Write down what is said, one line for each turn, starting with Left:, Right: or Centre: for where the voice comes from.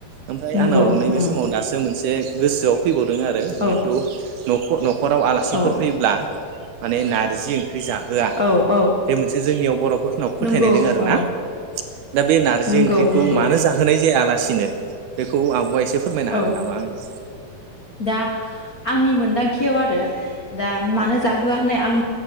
Right: ओमफ्राय
Left: नंगौ
Right: आंनाव नैबे
Left: उम
Right: समाव दासो मोनसे <inaudible> गोसोआव फैबावदों आरो जेहेथु
Left: औ
Right: न'ख न खराव आलासिफोर
Left: औ
Right: फैयोब्ला माने नारजि ओं ख्रि जाहोआ,
Left: औ औ
Right: बे मोनसे जोंनियाव <inaudible> फोथायनाय
Left: नंगौ
Right: दों आरो ना
Left: औ
Right: दा बे नारजि
Left: नंगौ
Right: ओंख्रिखौ
Left: नंगौ
Right: मानो जाहोनाय जाया <inaudible> बेखौ आब'आ <inaudible> फोरमायनो हागोन
Left: औ
Right: नामा आंनो? <inaudible>
Left: दा आंनि मोनदांथियाव आरो दा मानो
Right: औ
Left: जाहोआ होननाया आं